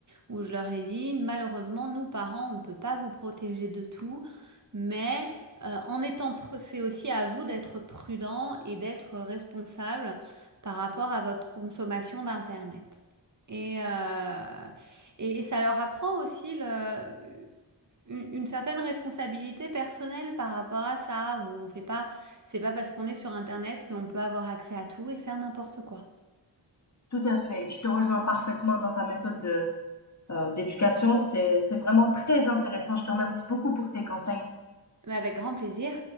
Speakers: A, on the right; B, on the left.
A: où je leur ai dit, malheureusement, nous, parents, on ne peut pas vous protéger de tout, mais euh, en étant, pr- c'est aussi à vous d'être prudent et d'être responsable par rapport à votre consommation d'Internet. Et, euh, et, et ça leur apprend aussi le- une, une certaine responsabilité personnelle par rapport à ça, où on fait pas, c'est pas parce qu'on est sur Internet qu'on peut avoir accès à tout et faire n'importe quoi.
B: Tout à fait, je te rejoins parfaitement dans ta méthode de euh, d'éducation. C'est, c'est vraiment très intéressant. Je te remercie beaucoup pour tes conseils.
A: Mais avec grand plaisir.